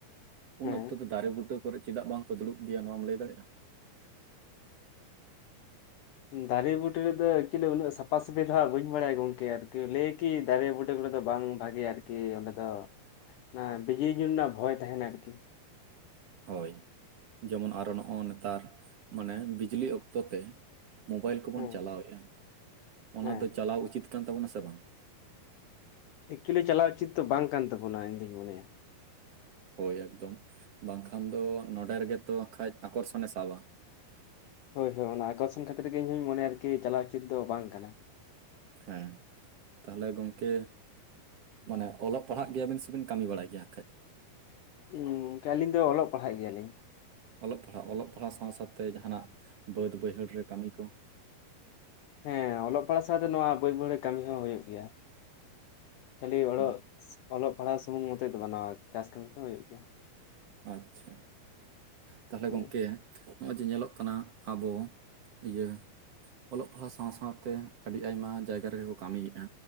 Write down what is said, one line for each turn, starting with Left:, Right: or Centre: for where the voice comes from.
Left: ᱦᱮᱸ
Right: ᱩᱱ ᱚᱠᱛᱚ ᱫᱚ ᱫᱟᱨᱮ ᱵᱩᱴᱟᱹ ᱠᱚᱨᱮ ᱪᱮᱫᱟᱜ ᱵᱟᱝ ᱠᱚ ᱫᱩᱲᱩᱵ ᱜᱮᱭᱟ ᱱᱚᱣᱟᱢ ᱞᱟᱹᱭ ᱫᱟᱲᱮᱭᱟᱜᱼᱟ?
Left: ᱫᱟᱨᱮ ᱵᱩᱴᱟᱹ ᱨᱮᱫᱚ ᱮᱠᱪᱚᱞᱤ ᱩᱱᱟᱹᱜ ᱥᱟᱯᱷᱟ ᱥᱟᱹᱯᱤ ᱫᱚ ᱦᱟᱸᱜ ᱵᱟᱹᱧ ᱵᱟᱲᱟᱭᱟ ᱜᱚᱝᱠᱮ ᱟᱨᱠᱤ ᱞᱟᱹᱭ ᱠᱤ ᱫᱟᱨᱮ ᱵᱩᱴᱟᱹ ᱠᱚᱨᱮ ᱫᱚ ᱵᱟᱝ ᱵᱷᱟᱜᱮ ᱟᱨᱠᱤ ᱚᱸᱰᱮ ᱫᱚ ᱚᱱᱟ ᱵᱤᱡᱽᱞᱤ ᱧᱩᱨ ᱨᱮᱱᱟᱜ ᱵᱷᱚᱭ ᱛᱟᱦᱮᱱᱟ ᱟᱨᱠᱤ᱾
Right: ᱦᱳᱭ ᱡᱮᱢᱚᱱ ᱟᱨᱚ ᱱᱚᱜᱼᱚ ᱱᱮᱛᱟᱨ ᱢᱟᱱᱮ ᱵᱤᱡᱽᱞᱤ ᱚᱠᱛᱚ ᱛᱮ᱾ ᱢᱳᱵᱟᱭᱤᱞ ᱠᱚᱵᱚᱱ
Left: ᱦᱮᱸ
Right: ᱪᱟᱞᱟᱣᱮᱫᱼᱟ ᱚᱱᱟ
Left: ᱦᱮᱸ
Right: ᱫᱚ ᱪᱟᱞᱟᱣ ᱩᱪᱤᱛ ᱠᱟᱱ ᱛᱟᱵᱚᱱᱟ ᱥᱮ ᱵᱟᱝ?
Left: ᱮᱠᱪᱩᱞᱤ ᱪᱟᱞᱟᱣ ᱩᱪᱤᱛ ᱫᱚ ᱵᱟᱝ ᱠᱟᱱ ᱛᱟᱵᱚᱱᱟ ᱤᱧ ᱫᱩᱧ ᱢᱚᱱᱮᱭᱟ᱾
Right: ᱦᱳᱭ ᱮᱠᱫᱚᱢ ᱵᱟᱝ ᱠᱷᱟᱱ ᱫᱚ ᱱᱚᱰᱮ ᱨᱮᱜᱮ ᱛᱚ ᱠᱷᱟᱡ ᱟᱠᱚᱨᱥᱚᱱᱮ ᱥᱟᱵᱟ᱾
Left: ᱦᱳᱭ ᱦᱳᱭ ᱚᱱᱟ ᱟᱠᱚᱨᱥᱚᱱ ᱠᱷᱟᱹᱛᱤᱨ ᱜᱮ ᱤᱧ ᱦᱚᱧ ᱢᱚᱱᱮᱭᱟ ᱟᱨᱠᱤ ᱪᱟᱞᱟᱣ ᱚᱪᱤᱛ ᱫᱚ ᱵᱟᱝ ᱠᱟᱱᱟ᱾
Right: ᱦᱮᱸ᱾ ᱛᱟᱦᱚᱞᱮ ᱜᱚᱝᱠᱮ ᱢᱟᱱᱮ ᱚᱞᱚᱜ ᱯᱟᱲᱦᱟᱜ ᱜᱮᱭᱟᱵᱤᱱ ᱥᱮᱵᱤᱱ ᱠᱟᱹᱢᱤ ᱵᱟᱲᱟᱭ ᱜᱮᱭᱟ ᱠᱷᱟᱡ?
Left: ᱦᱮᱸ ᱜᱚᱢᱠᱮ ᱟᱹᱞᱤᱧ ᱫᱚ ᱚᱞᱚᱜ ᱯᱟᱲᱦᱟᱜ ᱜᱮᱭᱟᱞᱤᱧ᱾
Right: ᱚᱞᱚᱜ ᱯᱟᱲᱦᱟᱜ ᱚᱞᱚᱜ ᱯᱟᱲᱦᱟᱣ ᱥᱟᱶ ᱥᱟᱶᱛᱮ ᱡᱟᱦᱟᱱᱟᱜ ᱵᱟᱹᱫ ᱵᱟᱹᱭᱦᱟᱹᱲ ᱨᱮ ᱠᱟᱹᱢᱤ ᱠᱚ?
Left: ᱦᱮᱸ ᱚᱞᱚᱜ ᱯᱟᱲᱦᱟᱜ ᱥᱟᱶᱛᱮ ᱱᱚᱣᱟ ᱵᱟᱹᱛ ᱵᱟᱹᱭᱦᱟᱹᱲ ᱠᱟᱹᱢᱤ ᱦᱚᱸ ᱦᱩᱭᱩᱜ ᱜᱮᱭᱟ᱾ ᱠᱷᱟᱹᱞᱤ ᱚᱞᱚᱜ
Right: ᱦᱳᱭ
Left: ᱚᱞᱚᱜ ᱯᱟᱲᱦᱟᱜ ᱥᱩᱢᱩᱝ ᱢᱚᱛᱮ ᱫᱚ ᱱᱚᱣᱟ ᱪᱟᱥ ᱠᱟᱹᱢᱤ ᱠᱚ ᱦᱩᱭᱩᱜ ᱜᱮᱭᱟ᱾
Right: ᱟᱪᱪᱷᱟ᱾ ᱛᱟᱦᱚᱞᱮ
Left: ᱦᱳᱭ
Right: ᱜᱚᱢᱠᱮ ᱱᱚᱜᱼᱚᱭ ᱡᱮ ᱧᱮᱞᱚᱜ ᱠᱟᱱᱟ ᱟᱵᱚ ᱤᱭᱟᱹ᱾ ᱚᱞᱚᱜ ᱯᱟᱲᱦᱟᱣ ᱥᱟᱶ ᱥᱟᱶᱛᱮ ᱟᱹᱰᱤ ᱟᱭᱢᱟ ᱡᱟᱭᱜᱟ ᱨᱮᱜᱮ ᱠᱚ ᱠᱟᱹᱢᱤᱭᱮᱫᱼᱟ᱾